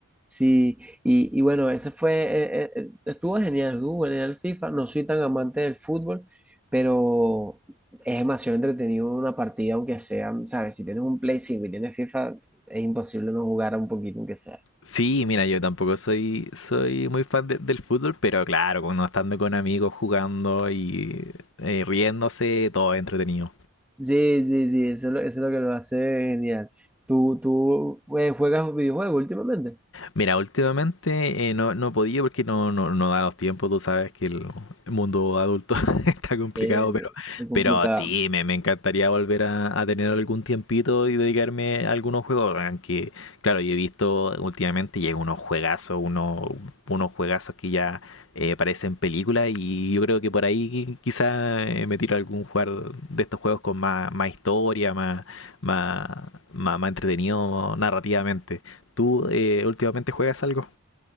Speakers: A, in the centre; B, on the left.
A: Sí, y, y bueno, ese fue, eh, eh, estuvo genial, estuvo genial el FIFA, no soy tan amante del fútbol, pero es demasiado entretenido una partida, aunque sea, ¿sabes? Si tienes un Play 5 y tienes FIFA, es imposible no jugar un poquito, aunque sea.
B: Sí, mira, yo tampoco soy, soy muy fan de- del fútbol, pero claro, cuando estando con amigos jugando y eh, riéndose, todo es entretenido.
A: Sí, sí, sí, eso es lo, eso es lo que lo hace genial. ¿Tú, tú eh, juegas videojuegos últimamente?
B: Mira, últimamente eh, no, no he podido porque no, no, no da los tiempos, tú sabes que el mundo adulto <laughs> está complicado,
A: Sí,
B: pero,
A: es complicado.
B: pero sí, me, me encantaría volver a, a tener algún tiempito y dedicarme a algunos juegos, aunque claro, yo he visto últimamente llega unos juegazos, unos, unos juegazos que ya eh, parecen películas y yo creo que por ahí quizá eh, me tiro a algún jugar de estos juegos con más, más historia, más, más, más, más entretenido narrativamente. ¿Tú eh, últimamente juegas algo?